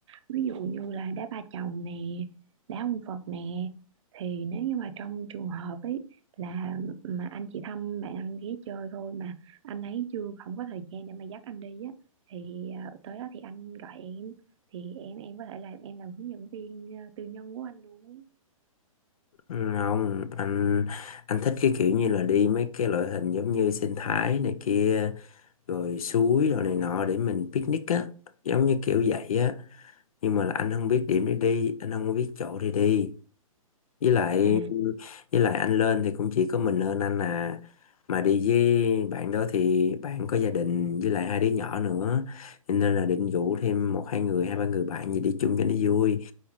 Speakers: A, on the right; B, on the left.
A: ví dụ như là đá ba chồng nè, đá ông Phật nè thì nếu như mà trong trường hợp ấy là mà anh chị thăm bạn anh ghé chơi thôi mà anh ấy chưa không có thời gian để mà dắt anh đi á thì ờ, tới đó thì anh gọi em thì em em có thể là em làm hướng dẫn viên ờ, tư nhân của anh luôn.
B: không anh anh thích cái kiểu như là đi mấy cái loại hình giống như sinh thái này kia rồi suối rồi này nọ để mình picnic á giống như kiểu vậy á nhưng mà là anh không biết điểm để đi anh không biết chỗ để đi với lại
A: À.
B: với lại anh lên thì cũng chỉ có mình lên anh à mà đi với bạn đó thì bạn có gia đình với lại hai đứa nhỏ nữa Cho nên là định rủ thêm một hai người hai ba người bạn gì đi chung cho nó vui